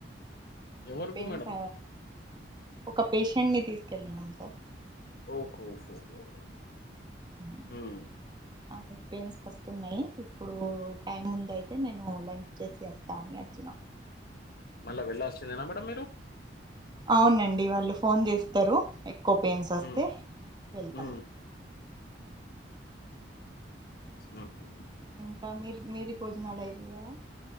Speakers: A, on the left; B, on the right.
A: ఎవరికి
B: పెయిన్స్
A: మేడం
B: ఒక పేషెంట్ ని తీసుకెళ్ళినం సార్
A: ఓహో హో హో
B: ఉమ్.
A: ఉమ్మ్
B: ఆమెకి పెయిన్స్ వస్తున్నాయి ఇప్పుడు టైం ముందే అయితే నేను లంచ్ చేసి వస్తా అని అచ్చిన
A: మళ్ళా వెళ్ళాల్సిందేనా మేడం మీరు
B: అవునండి వాళ్ళు ఫోన్ చేస్తారు ఎక్కువ పెయిన్స్ వస్తే
A: ఉమ్,
B: వెళ్తాంండి
A: ఉమ్, మ్మ్ఉహ్మ్
B: ఇంకా మీరు మీది భోజనాలు అయినాయా